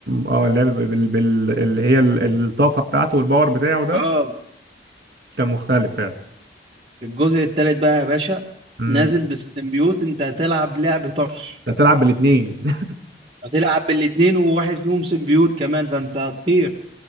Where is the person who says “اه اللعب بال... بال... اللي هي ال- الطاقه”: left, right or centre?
Right